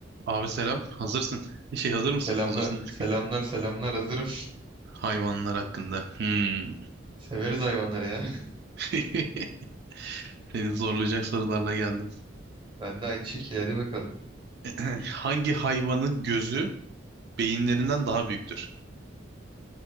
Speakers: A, on the right; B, on the right.
A: Abi selam. Hazırsın. Şey hazır mısın?
B: Selamlar.
A: Hazırsın.
B: Selamlar selamlar hazırım.
A: Hayvanlar hakkında. Hmm.
B: <laughs> Severiz hayvanları ya. <laughs>
A: <laughs> Seni zorlayacak sorularla geldim.
B: Ben de aynı şekilde hadi bakalım.
A: <clears throat> Hangi hayvanın gözü beyinlerinden daha büyüktür?